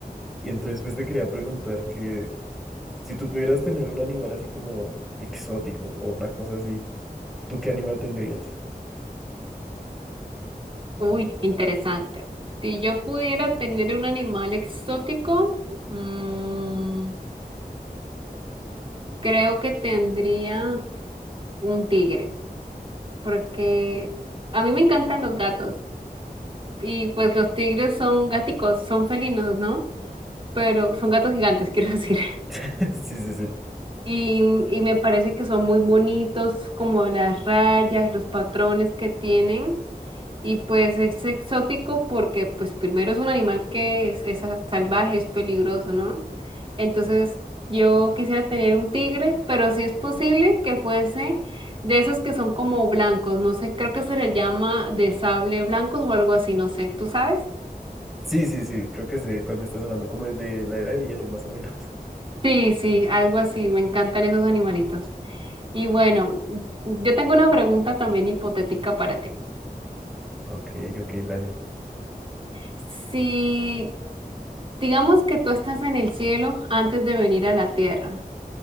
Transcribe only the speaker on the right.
Uy, interesante. Si yo pudiera tener un animal exótico, mm, creo que tendría un tigre, porque a mí me encantan los gatos y pues los tigres son gáticos, son felinos, ¿no? Pero son gatos gigantes, <laughs> quiero decir.
Y, y me parece que son muy bonitos, como las rayas, los patrones que tienen. Y pues es exótico porque pues primero es un animal que es, es a- salvaje, es peligroso, ¿no? Entonces yo quisiera tener un tigre, pero si es posible que fuese de esos que son como blancos, no sé, creo que se le llama de sable blancos o algo así, no sé, ¿tú sabes?
Sí, sí, algo así, me encantan esos animalitos. Y bueno, yo tengo una pregunta también hipotética para ti.
Si digamos que tú estás en el cielo antes de venir a la tierra.